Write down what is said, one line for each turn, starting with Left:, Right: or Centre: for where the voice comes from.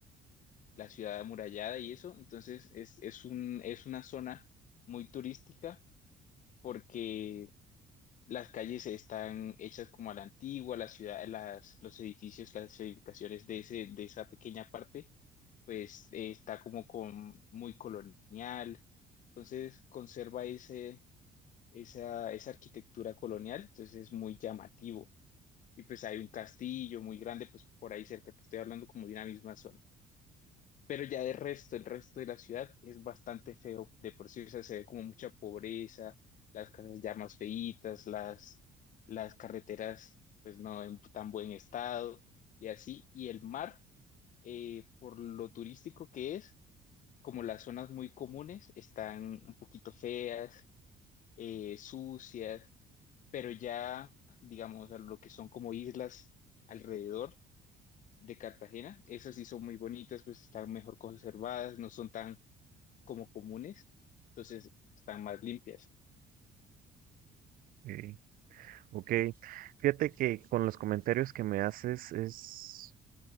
Left: la ciudad amurallada y eso. Entonces, es, es un, es una zona muy turística porque Las calles están hechas como a la antigua, la ciudad, las, los edificios, las edificaciones de ese, de esa pequeña parte, pues eh, está como con, muy colonial. Entonces conserva ese, esa, esa arquitectura colonial, entonces es muy llamativo. Y pues hay un castillo muy grande, pues por ahí cerca, te estoy hablando como de una misma zona. Pero ya de resto, el resto de la ciudad es bastante feo de por sí, o sea, se ve como mucha pobreza, las casas ya más feitas, las, las carreteras pues no en tan buen estado y así, y el mar, eh, por lo turístico que es, como las zonas muy comunes están un poquito feas, eh, sucias, pero ya, digamos, a lo que son como islas alrededor de Cartagena, esas sí son muy bonitas, pues están mejor conservadas, no son tan como comunes, entonces están más limpias.
Right: Ok, ok, Fíjate que con los comentarios que me haces es,